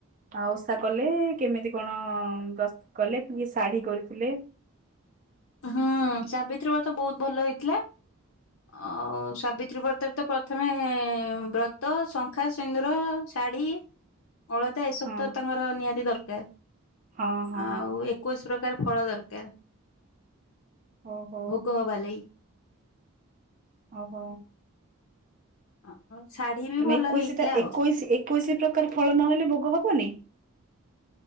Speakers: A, on the right; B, on the left.
A: ଆ ଓଷା କଲେ ଏ କେମିତି କଣ ଅ ପ୍ରସ୍ତୁତ କଲେ କି ଶାଢୀ କରିଥିଲେ?
B: ହଁଅ, ସାବିତ୍ରୀ ବ୍ରତ ବହୁତ ଭଲ ହେଇଥିଲା। ଅ ଅ ସାବିତ୍ରୀ ବ୍ରତରେ ତ ପ୍ରଥମେ ଏ ବ୍ରତ ଶଙ୍ଖା, ସିନ୍ଦୁର ଶାଢ଼ୀ, ଅଳତା ଏସବୁ
A: ହଁ
B: ତ ତାଙ୍କର ନିହାତି ଦର୍କାର
A: ହଁ ହଁ
B: ଆଉ ଏ କୋଉ ଷୋଳକାର ଫଳ ଦରକାର।
A: ଓହୋ।
B: ଭୋଗ ହବା ଲେଇ।
A: ଓହୋ।
B: ଆଁ ଅ ଶାଢୀ ବି
A: ମାନେ
B: ଭଲ
A: ଏକୋଇଶିଟା
B: ହେଇଥିଲା ଆଉ
A: ଏକୋଇଶି ଏକୋଇଶି ପ୍ରକାର ଫଳ ନହେଲେ ଭୋଗ ହବନି।